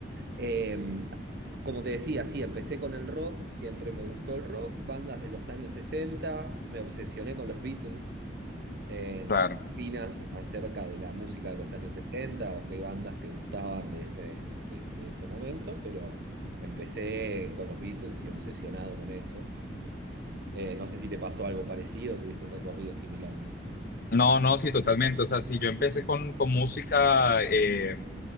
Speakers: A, on the right; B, on the left.
A: Eh, como te decía, sí, empecé con el rock, siempre me gustó el rock, bandas de los años sesenta me obsesioné con los Beatles eh, no
B: Claro.
A: sé, ¿qué opinas acerca de la música de los años 60 o qué bandas te gustaban de ese, de, de ese momento? Pero empecé con los Beatles y obsesionado con eso. Eh, no sé si te pasó algo parecido, tuviste un recorrido similar.
B: No, no, sí, totalmente. O sea, si yo empecé con, con música, eh,